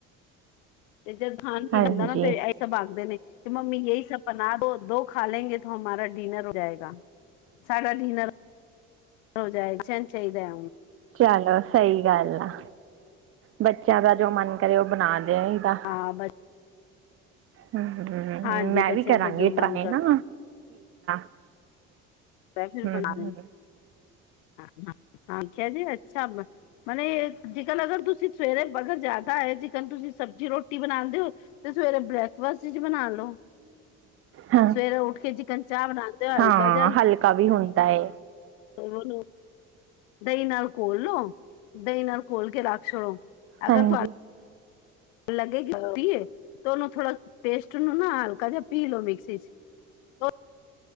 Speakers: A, on the left (about 75°); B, on the right (about 40°).
A: ਤੇ ਜਦ ਖਾਣ ਪੀਣ
B: ਹਾਂਜੀ
A: ਹੁੰਦਾ ਨਾ ਤੇ ਇਹ ਸਭ ਆਦੇਂ ਨੇ ਕਿ ਮੰਮੀ ਇਹ ਸਭ ਬਣਾ ਦੋ ਤੋ ਖਾ ਲੇਗੇ ਤੋ ਹਮਾਰਾ ਡਿਨਰ ਹੋ ਜਾਏਗਾ ਸਾਡਾ ਡਿਨਰ ਹੋ ਜਾਏਗੀਇਹੀ ਚਾਹੀਦਾ।
B: ਚਲੋ ਸਹੀ ਗੱਲ ਆ ਬੱਚਿਆਂ ਦਾ ਜੋ ਮਨ ਕਰੇ ਉਹ ਬਣਾ ਲੋ। ਚਾਹੀਦਾ
A: ਹਾਂ ਬ
B: ਹੂੰ‌, ਹੂੰ
A: ਹਾਂਜੀ
B: ਮੈਂ
A: ਬੱਚਿਆਂ
B: ਵੀ ਕਰਾਂਗੀ
A: ਦਾ ਜੋ ਮਨ
B: ਟਰਾਏ
A: ਕਰਦਾ
B: ਨਾ <unintelligible>
A: ਸਪੈਸ਼ਲ
B: ਹਮ
A: ਬਣਾ
B: ਹਮ
A: ਰਹੇ ਨੇ ਅੱਛਿਆ ਜੀ ਅੱਛਾ ਮਤਲਬ ਇਹ ਜੇਕਰ ਅਗਰ ਤੁਸੀਂ ਸਵੇਰੇ ਬਡਨ ਜ਼ਿਆਦਾ ਏ ਜੀ ਕਹਿੰਦੇ ਤੁਸੀਂ ਸਬਜ਼ੀ ਰੋਟੀ ਬਣਾਦੇ ਹੋ ਤੇ ਸਵੇਰੇ ਬ੍ਰੇਕਫਾਸਟ ਬਣਾ ਲੋ
B: ਹਾਂ
A: ਸਵੇਰੇ ਉੱਠ ਕੇ ਚਿਕਨ ਚਾਹ ਬਣਾਉਂਦੇ ਹੋ ਹਲਕਾ
B: ਹਾਂ
A: ਜਿਹਾ
B: ਹਲਕਾ ਵੀ ਹੁੰਦਾ ਏ
A: ਓਨੂ ਦਈ ਨਾਲ ਘੋਲ ਲੋ ਦੲਈ ਨਾਲ ਘੋਲ ਕੇ ਰੱਖ ਛੋੜੋ। ਅਗਰ
B: ਹਾਂਜੀ
A: ਤੁਹਾਡੇ ਲੱਗੇਗੀ <unintelligible> ਏ ਤਾਂ ਉਹਨੂੰ ਥੋੜਾ ਪੇਸਟ ਨੂੰ ਨਾ ਹਲਕਾ ਜਿਹਾ ਪੀ ਲਓ ਮਿਕਸੀ ਚ